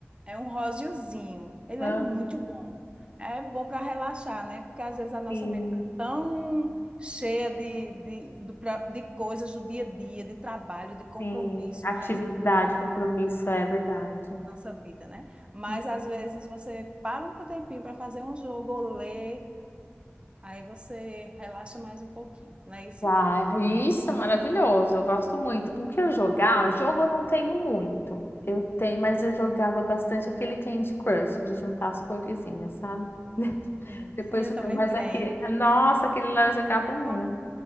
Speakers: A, on the right; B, on the left.
A: é um rosiozinho. Ele
B: aham.
A: é muito bom. É bom para relaxar, né? Porque às vezes a nossa
B: Sim,
A: mente tá tão cheia de, de, do pra- de coisas do dia a dia, de trabalho, de compromisso,
B: sim. Atividade,
A: mas
B: compromisso, é verdade.
A: nossa vida, né? Mas
B: Hum.
A: às vezes você para um tempinho para fazer um jogo ou ler, aí você relaxa mais um pouquinho, não é isso?
B: Ah, isso é maravilhoso, eu gosto muito. O que eu jogava, jogo eu não tenho muito. Eu tenho, mas eu jogava bastante aquele Candy Crush, de juntar as coresinhas, sabe? <laughs>
A: Sim,
B: Depois
A: sim, eu
B: eu
A: também
B: tenho, mas
A: tenho.
B: aquele, nossa, aquele lá eu jogava muito.
A: Como,